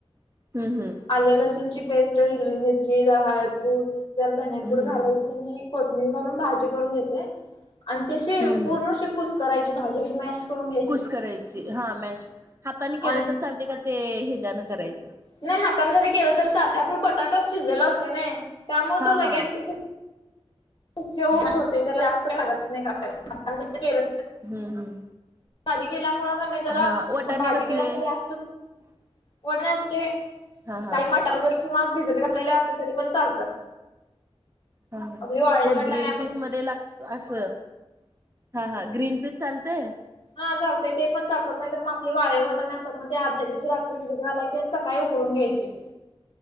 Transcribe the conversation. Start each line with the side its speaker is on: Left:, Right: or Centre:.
Right: हम्म हम्म हम्म
Left: आल्या लसूणची पेस्ट. त हिरवी मिरची जर हळदपुड जर धनेपूड
Right: हम्म
Left: घालायची
Right: हम्म
Left: आणि. कोथींबीर घालून भाजी करून घेते आणि ती
Right: हम्म
Left: पूर्णशी
Right: हम्म.
Left: कुसकरायची भाजी अशी मॅश. करून घ्यायची
Right: कुश करायची हा मॅश हाताने केलं
Left: आणि
Right: तर चालते का ते हच्यान करायचं.
Left: नाही हातात जरी केलं तरी चालत आपण बटाटाच शिजलेला असत ना त्यामुळे
Right: हा
Left: तो लगेच.
Right: हा.
Left: श
Right: हम्म
Left: होते त्याला जास्त काही <inaudible> लागत नाहीला
Right: हम्म हम्म.
Left: माझी केल्यामुळ का नाहीत. जरा
Right: हा वटाणे
Left: भाजी
Right: कसले
Left: केल्या म जास्तच वाट ना आपले.
Right: हा हा
Left: साई मटार जर किंवा भिजत घातलेले असले तरी पण चालतात.
Right: हा
Left: म्हणजे वाळले
Right: मग
Left: वाटाणे
Right: ग्रीन
Left: आपण
Right: पीस मध्ये लाग''--'' असं हा हा ग्रीन पीज चालतय.
Left: हा चालते ते पण चालत नाही तर मग आप वाळे वाटाणे असतात ना ते आदल्या दिवशी रात्री भिजत घालायचे आणि सकाळी उकडून घ्यायचे. चे,